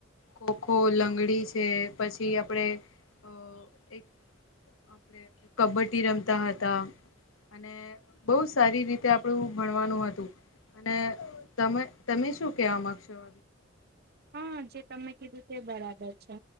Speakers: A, on the left; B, on the right.
A: ખોખો લંગડી છે, પછી આપણેે અ એક આપડે કબડ્ડી રમતા હતા અને બોવ સારી રીતે આપણું ભણવાનું હતું અને તમે તમે શું કેવા માંગશો?
B: હા જે તમે કીધું તે બરાબર છે,